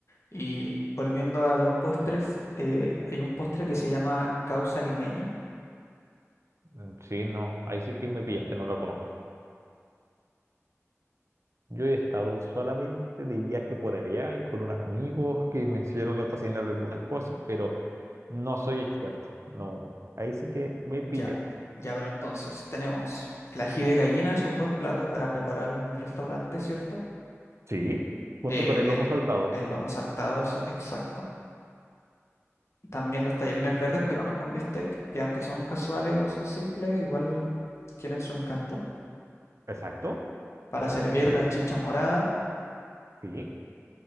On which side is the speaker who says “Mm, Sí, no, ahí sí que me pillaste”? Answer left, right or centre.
Right